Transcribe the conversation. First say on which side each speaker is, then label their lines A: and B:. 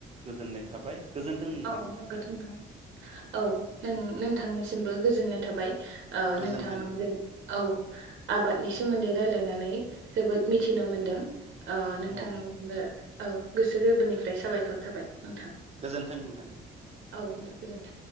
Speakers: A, on the right; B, on the right.
A: गोजोननाय थाबाय। गोजोन्थों नोंथां
B: औ नोंगौ नोंथां औ नों नोंथांनिसिमबो गोजोननाय थाबाय। ओ
A: गोजोन्थों
B: नोंथांजों
A: गोजोन्थों
B: औ आबादनि सोमोन्दै रायलायनानै नै जोबोद मिथिनो मोनदों ओ नोंथांनो
A: औ
B: औ गोसो गोरबोनिफ्राय साबायखर थाबाय नोंथां।
A: गोजोन्थों नोंथां।
B: औ गोजोन्थों